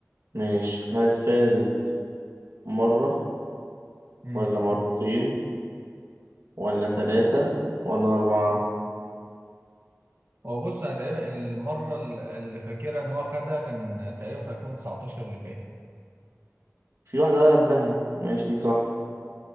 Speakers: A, on the right (about 75°); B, on the right (about 50°).
A: ماشي هل فازت مرة
B: مم.
A: ولا مرتين ولا ثلاثة ولا أربعة؟
B: هو بص أنا تقريبا المرة اللي فاكرها إن هو خدها كان تقريبا في 2019 اللي فاتت
A: في واحدة بقى قبلها ماشي صح